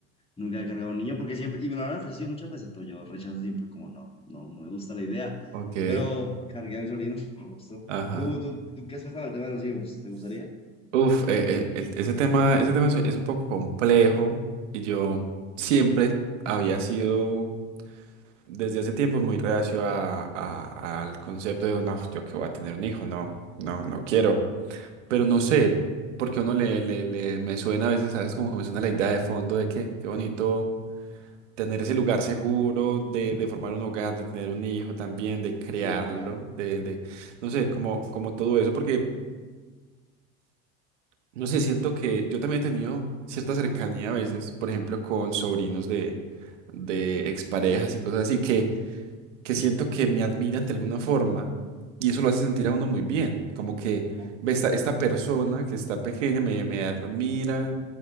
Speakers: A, on the left; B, on the right.
A: Nunca he cargado un niño porque siempre, y me lo han ofrecido muchas veces, pero yo rechazo siempre como no, no, no me gusta la idea.
B: Ok.
A: Pero cargué a mi sobrino, me gustó.
B: Ajá.
A: ¿Tú, tú, tú qué has pensado del tema de los hijos? ¿Te gustaría?
B: Uf, eh, eh, el- ese tema, ese tema es, es un poco complejo y yo siempre había sido desde hace tiempo muy reacio a, a- al concepto de, no, yo que voy a tener un hijo, no, no, no quiero. Pero no sé, porque a uno le, le, le, me suena a veces, ¿sabes? Como que me suena la idea de fondo de que, qué bonito tener ese lugar seguro de, de formar un hogar, de tener un hijo también, de criarlo,
A: Sí, claro.
B: de, de, no sé, como, como todo eso, porque, no sé, siento que yo también he tenido cierta cercanía a veces, por ejemplo, con sobrinos de, de exparejas y cosas así, que que siento que me admiran de alguna forma y eso lo hace sentir a uno muy bien, como que
A: Ok.
B: ve esta, esta persona que está pequeña me, me admira